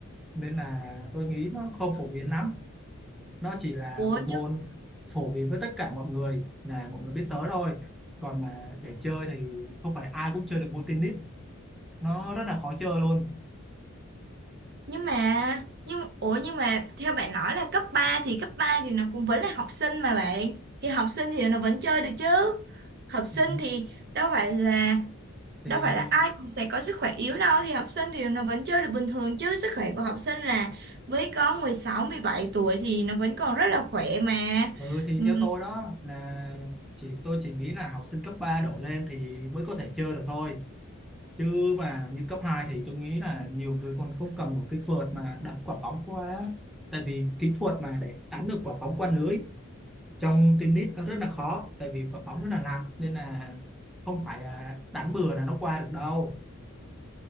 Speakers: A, in the centre; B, on the right.
A: nên là tôi nghĩ nó không phổ biến lắm nó chỉ là
B: ủa
A: bộ
B: nhưng
A: môn phổ biến với tất cả mọi người là mọi người biết tới thôi còn mà để chơi thì không phải ai cũng chơi được môn tennis nó rất là khó chơi luôn
B: nhưng mà nhưng ủa nhưng mà theo bạn nói là cấp ba thì cấp ba thì nó cũng vẫn là học sinh mà bạn thì học sinh thì nó vẫn chơi được chứ học sinh
A: ừ,
B: thì đâu phải là
A: thì
B: đâu phải là ai cũng sẽ có sức khỏe yếu đâu thì học sinh thì nó vẫn chơi được bình thường chứ sức khỏe của học sinh là với có mười sáu mười bảy tuổi thì nó vẫn còn rất là khỏe mà
A: ừ, thì theo
B: Ừ,
A: tôi đó là chỉ tôi chỉ nghĩ là học sinh cấp 3 đổ lên thì mới có thể chơi được thôi chứ mà như cấp 2 thì tôi nghĩ là nhiều người còn không cầm một cái vợt mà đặt quả bóng qua á. tại vì kỹ thuật mà để đánh được quả bóng qua lưới trong tennis nó rất là khó tại vì quả bóng rất là nặng nên là không phải là đánh bừa là nó qua được đâu